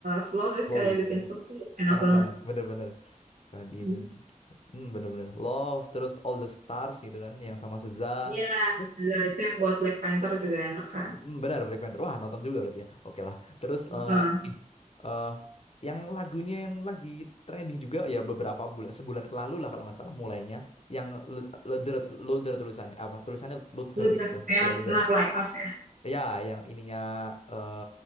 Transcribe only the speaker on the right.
slow, tapi
sekali
bikin
slow tuh enak
banget.
Hmm.
Ya,
Seza, itu yang buat Black Panther juga enak kan.
Nah,
itu ceritanya
Not Like Us ya.